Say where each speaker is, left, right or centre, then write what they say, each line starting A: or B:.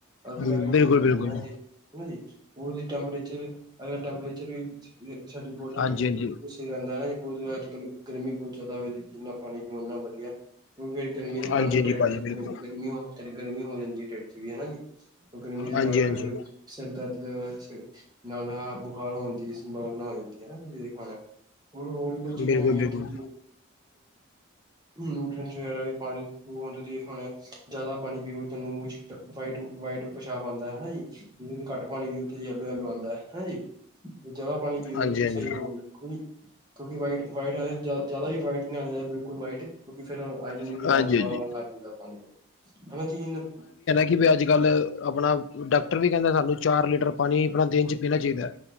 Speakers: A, on the right; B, on the left.
A: ਅੱਗੇ
B: ਬਿਲਕੁਲ
A: ਕਰਕੇ ਹੋ ਜਾਣਾ
B: ਬਿਲਕੁਲ
A: ਹਾਂਜੀ, ਹਨਾ ਜੀ ਉਹ ਟੈਂਪਰੇਚਰ ਅਗਰ ਟੈਂਪਰੇਚਰ ਵੀ ਸਾਡੀ ਬੋਡੀ ਦਾ
B: ਹਾਂਜੀ
A: ਟੈਂਪਰੇਚਰ
B: ਹਾਂਜੀ
A: ਵੀ, ਰਹਿੰਦਾ ਹੈ ਨਾ ਬਹੁਤ ਅੱਜ ਕੱਲ੍ਹ ਗਰਮੀ ਬਹੁਤ ਜ਼ਿਆਦਾ ਹੋ ਜਿੰਨਾ ਪਾਣੀ ਪੀ ਉਨਾ ਵਧੀਆ। ਹੁਣ ਫਿਰ ਗਰਮੀ ਦੇ
B: ਹਾਂਜੀ
A: ਕਾਰਨ ਟੈਂਟ
B: ਹਾਂਜੀ ਭਾਜੀ
A: ਚ
B: ਬਿਲਕੁਲ
A: ਗਰਮੀ ਗਰਮੀ ਹੋ ਜਾਂਦੀ ਹੈ। ਟੈਂਟ ਚ ਵੀ ਹਨਾ ਜੀ, ਗ਼ਰਮੀ ਦੇ
B: ਹਾਂਜੀ
A: ਕਾਰਨ,
B: ਹਾਂਜੀ
A: ਸਿਰ ਦਰਦ ਨਾਲ ਬੁਖਾਰ ਹੋਣ ਦੀ ਸੰਭਾਵਨਾ ਹੋ ਜਾਂਦੀ ਹੈ ਨਾ ਤੁਸੀਂ ਦੇਖਿਆ ਹੋਣਾ। ਹੋਰ ਹੋਰ ਵੀ ਬਹੁਤ ਚੀਜ਼ਾਂ
B: ਬਿਲਕੁਲ
A: ਹੈਗੀਆਂ
B: ਬਿਲਕੁਲ
A: ਇੱਥੇ, ਨਿਊਟਰੈਂਟਸ ਵਗੈਰਾ ਵੀ ਪਾਣੀ ਹ ਜ ਹੁਣ ਜ਼ਿਆਦਾ ਪਾਣੀ ਪੀਓਗੇ ਤੁਹਾਨੂੰ ਉਹ, ਵਾਈਟ ਵਾਈਟ ਪੇਸ਼ਾਬ ਆਉਂਦਾ ਹੈ। ਹੈ ਨਾ ਜੀ ਜੇ ਘੱਟ ਪਾਣੀ ਵੀ ਉੱਥੇ ਯੈਲੋ ਯਲੋ ਆਉਂਦਾ ਹੈ। ਹੈ ਨਾ ਜੀ, ਜ਼ਿਆਦਾ ਪਾਣੀ ਪੀਓਗੇ
B: ਹਾਂਜੀ
A: ਤੁਸੀਂ
B: ਹਾਂਜੀ
A: ਸਹੀ ਰਹੋਗੇ। ਕਿਉਂਕਿ ਵਾਈਟ ਵਾਈਟ ਜ਼ਿਆਦਾ ਵੀ ਵਾਈਟ ਨਹੀਂ ਆਣਾ ਚਾਹੀਦਾ ਬਿਲਕੁਲ ਵਾਈਟ, ਕਿਉਂਕਿ ਫਿਰ ਆਈਰਨ
B: ਹਾਂਜੀ
A: ਨਾਲ
B: ਹਾਂਜੀ
A: ਬਾਹਰ ਲੱਗ ਜਾਂਦਾ ਪਾਣੀ ਮੈਂ ਜੀਨ
B: ਕਿਉਂਕਿ ਅੱਜ ਕੱਲ ਆਪਣਾ ਡਾਕਟਰ ਵੀ ਕਹਿੰਦੇ, ਸਾਨੂੰ ਚਾਰ ਲੀਟਰ ਪਾਣੀ ਆਪਣਾ ਦਿਨ ਚ ਪੀਣਾ ਚਾਹੀਦਾ ਹੈ।